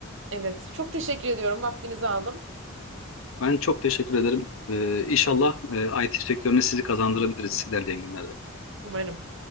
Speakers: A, on the right (about 65°); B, on the left (about 75°).
A: Evet, çok teşekkür ediyorum. Vaktinizi aldım.
B: Ben çok teşekkür ederim. Ee, İnşallah e, IT sektörüne sizi kazandırabiliriz ilerleyen günlerde.
A: Umarım.